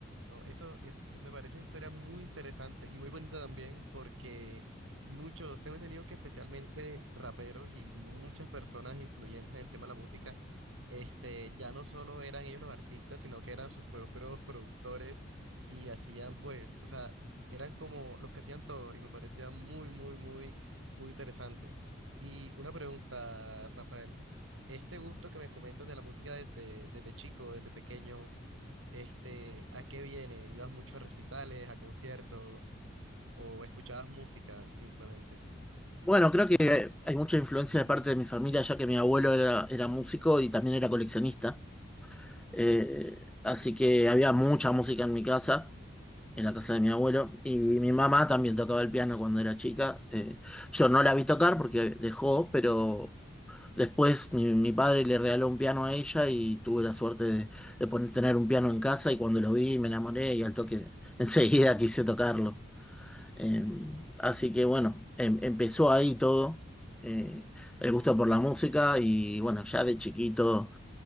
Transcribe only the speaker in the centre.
Bueno, creo que hay mucha influencia de parte de mi familia, ya que mi abuelo era, era músico y también era coleccionista. Eh, así que había mucha música en mi casa. en la casa de mi abuelo. Y mi mamá también tocaba el piano cuando era chica. Eh, yo no la vi tocar porque dejó, pero después mi, mi padre le regaló un piano a ella y tuve la suerte de, de poner, tener un piano en casa y cuando lo vi me enamoré y al toque <laughs> enseguida quise tocarlo. Eh, así que bueno, em- empezó ahí todo, eh, el gusto por la música y bueno, ya de chiquito.